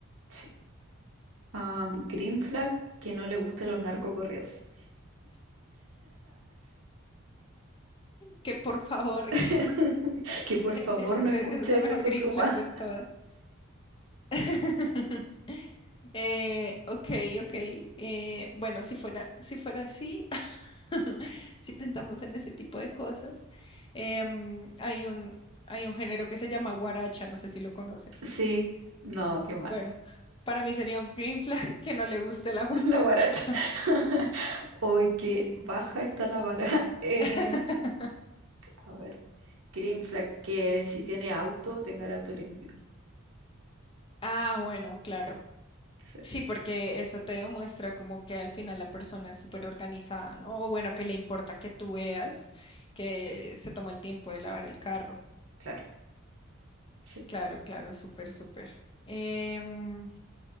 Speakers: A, on the right; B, on the left.
A: Sí. Am, green flag que no le gusten los narcocorridos.
B: Que por favor,
A: <laughs>
B: <laughs> que
A: Que por
B: ese-
A: favor no
B: ese-
A: escuche
B: esa es la mejor
A: Peso
B: green
A: Pluma.
B: flag
A: <laughs>
B: de todas. <laughs> Eh, ok, ok. Eh, bueno, si fuera, si fuera así, <laughs> si pensamos en ese tipo de cosas, em, hay un, hay un género que se llama guaracha, no sé si lo conoces.
A: Sí, no, qué mal.
B: Bueno, para mí sería un green flag <laughs> que no le guste la guaracha.
A: <laughs> La guaracha. <laughs> Hoy que baja está la vara. <laughs> Eh,
B: <laughs>
A: A ver, green flag, que si tiene auto, tenga el auto limpio.
B: Ah, bueno, claro.
A: Sí,
B: Sí, porque eso te demuestra como que al final la persona es súper organizada, ¿no? O bueno, que le importa que tú veas que se toma el tiempo de lavar el carro.
A: claro, sí.
B: Claro, claro, súper, súper. Em,